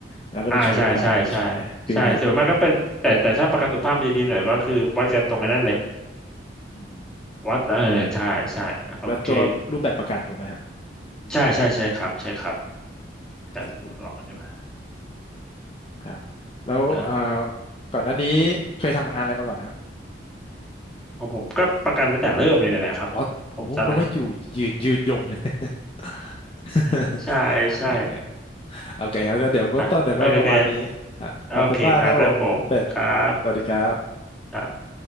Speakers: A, on the left; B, in the centre.
A: แล้วก็ไปโชว์ลูกค้าใช่ฟิลนั้น
B: อ่าใช่ใช่ใช่ใช่ส่วนมากก็เป็นแต่แต่ถ้าประกันสุขภาพมันจะดีหน่อยก็คือวัดกันตรงไอ้นั้นเลย
A: อืม
B: วัดเออใช่ใช่โอเค
A: แล้วตัวรูปแบบประกันถูกไหมฮะ
B: ใช่ใช่ใช่ครับใช่ครับแต่ลองอันนี้มา
A: สกูตครับแล้วเอ่อ
B: นะ
A: ก่อนหน้านี้เคยทำงานอะไรมาก่อนครับ
B: ของผมก็ประกันตั้งแต่เริ่มเลยเนี่ยแหละครับผมซะนะ
A: อ๋อโอ้โหแปลว่าอยู่ยืนยืนยงเลย <laughs>
B: <laughs> ใช่ใช่
A: โอเคโอเคครับก็เดี๋ยวเบื้องต้นเดี๋ยวก็ประมาณนี้ฮะขอบคุณมากครับผมคุณเป็ด
B: อ่ะโอเคโอเคโอเคครับแล้วผมครับ
A: สวัสดีครับ
B: ครับ